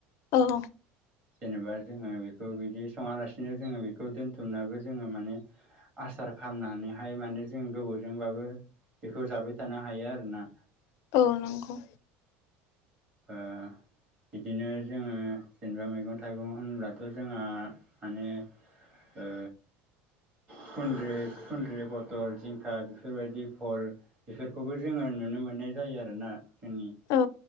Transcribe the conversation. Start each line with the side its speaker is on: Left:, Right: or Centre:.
Left: औ
Right: जेनेबा जोङो बेखौ बिदि सङालासिनो जोङो बेखौ दोन्थुमनानैबो जोङो माने आसार खालामनानैहाय माने जों गोबाव जोंबाबो बेखौ जाबाय थानो हायो आरोना।
Left: औ नंगौ।
Right: ओ बिदिनो जोङो जेनेबा मैगं थाइगं होनब्लाथ' जोंहा माने ओ खुन्द्रि खुन्द्रि फथल जिंखा बेफोरबायदि भल बेफोरखौबो जोङो नुनो मोननाय जायो आरोना जोंनि
Left: औ